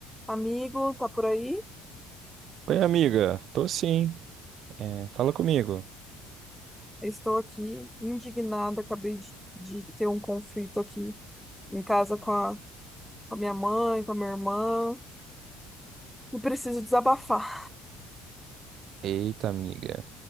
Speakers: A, in the centre; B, on the right.
A: Amigo, tá por aí?
B: Oi, amiga. Tô sim. É, fala comigo.
A: Estou aqui indignada. Acabei de, de ter um conflito aqui em casa com a, com a minha mãe, com a minha irmã, e preciso desabafar.
B: Eita, amiga.